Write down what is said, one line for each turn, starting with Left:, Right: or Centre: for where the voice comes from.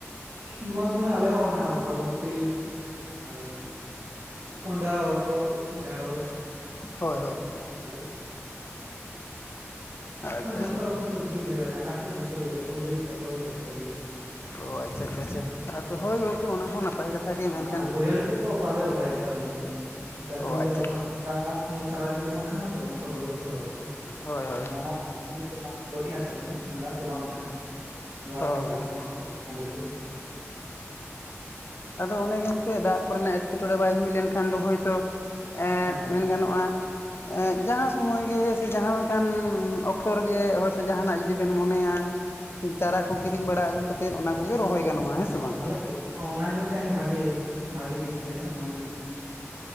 Right: ᱱᱚᱣᱟ ᱥᱩᱢᱟᱹᱭ ᱟᱞᱮ ᱦᱚᱸ ᱚᱱᱟ ᱵᱚᱨᱚᱵᱷᱚᱴᱤ ᱟᱨ ᱠᱚᱱᱰᱟᱷᱟ ᱦᱚᱛ ᱰᱮᱲᱚᱥ
Left: ᱦᱳᱭ ᱦᱳᱭ
Right: ᱟᱨ
Left: ᱟᱪᱪᱷᱟ
Right: ᱡᱷᱚᱛᱚ
Left: ᱟᱪᱪᱷᱟ
Right: ᱨᱚᱠᱚᱢ ᱥᱚᱵᱡᱤ ᱜᱮ ᱦᱩᱭᱩᱜᱼᱟ ᱰᱟᱸᱜᱟ ᱥ ᱨᱮ ᱡᱷᱚᱛᱚ ᱜᱮ ᱦᱩᱭᱩᱜᱼᱟ ᱠᱩᱸᱫᱽᱨᱤ ᱯᱚᱴᱚᱞ ᱡᱚᱛᱚ ᱜᱮ
Left: ᱚ ᱟᱪᱪᱷᱟ ᱟᱪᱪᱷᱟ ᱟᱪᱪᱷᱟ ᱟᱫᱚ ᱦᱳᱭ ᱜᱚᱝᱠᱮ ᱚᱱᱟ ᱦᱚᱸ ᱱᱟᱯᱟᱭ ᱠᱟᱛᱷᱟ ᱜᱮ ᱢᱮᱱᱠᱷᱟᱱ
Right: ᱟᱨ ᱵᱟᱹᱭᱦᱟᱹᱲ ᱫᱚ ᱵᱟᱞᱮ ᱨᱚᱦᱚᱭᱟ ᱱᱮᱛᱟᱨ ᱫᱤᱱ ᱫᱚ ᱱᱮᱛᱟᱨ
Left: ᱚ
Right: ᱫᱤᱱ
Left: ᱟᱪᱪᱷᱟ
Right: ᱫᱚ ᱮᱠᱷᱚᱱ ᱫᱟᱜ ᱫᱟᱜ ᱥ ᱥᱟᱨᱟᱫᱤᱱ ᱫᱚᱢᱮ ᱛᱟᱦᱮᱱᱟ ᱛᱚ ᱚᱱᱟ ᱫᱚ ᱦᱩᱲᱩ ᱠᱚᱞᱮ ᱨᱚᱦᱚᱭ ᱠᱟᱜᱼᱟ
Left: ᱦᱳᱭ ᱦᱳᱭ
Right: ᱵᱟᱝ ᱩᱱᱟᱹᱜ ᱫᱚ ᱵᱟᱝ ᱵᱟᱹᱧ ᱦᱥᱟ ᱠᱟᱱᱟ ᱫᱟᱜ ᱫᱚ ᱵᱟᱝ ᱛᱟᱦᱮᱱᱟ ᱡᱟᱦᱟᱸ
Left: ᱦᱳᱭ
Right: ᱛᱤᱱᱟᱹ
Left: ᱜᱚᱢᱠᱮ
Right: ᱫᱟᱜ ᱦᱟᱡᱮ ᱛᱩ
Left: ᱟᱫᱚ ᱚᱱᱮ ᱜᱚᱝᱠᱮ ᱫᱟᱜ ᱠᱚᱨᱮᱱᱟᱜ ᱮᱴᱠᱮᱴᱚᱬᱮ ᱵᱟᱭ ᱦᱩᱭ ᱞᱮᱱᱠᱷᱟᱱ ᱫᱚ ᱦᱳᱭᱛᱳ ᱮᱸᱜ
Right: ᱦᱮᱸ
Left: ᱢᱮᱱ ᱜᱟᱱᱚᱜᱼᱟ᱾ ᱡᱟᱦᱟᱸ ᱥᱚᱢᱚᱭ ᱜᱮ ᱥᱮ ᱡᱟᱦᱟᱸ ᱞᱮᱠᱟᱱ ᱚᱠᱛᱚ ᱨᱮ ᱜᱮ ᱦᱚᱭ ᱛᱚ ᱡᱟᱦᱟᱱᱟᱜ ᱡᱩᱫᱤ ᱵᱮᱱ ᱢᱚᱱᱮᱭᱟ᱾ ᱪᱟᱨᱟ ᱠᱚ ᱠᱤᱨᱤᱧ ᱵᱟᱲᱟ ᱟᱹᱜᱩ ᱠᱟᱛᱮᱫ ᱚᱱᱟ ᱠᱚᱜᱮ ᱨᱚᱦᱚᱭ ᱜᱟᱱᱚᱜᱼᱟ᱾
Right: ᱚ
Left: ᱦᱮᱸ ᱥᱮ ᱵᱟᱝ
Right: ᱟᱞᱮ ᱚᱱᱟᱜᱮ ᱢᱤᱫᱴᱮᱱ ᱵᱷᱟᱜᱮ ᱵᱷᱟᱜᱤ ᱫᱤᱠ ᱠᱟᱱᱟ ᱢᱟᱱᱮ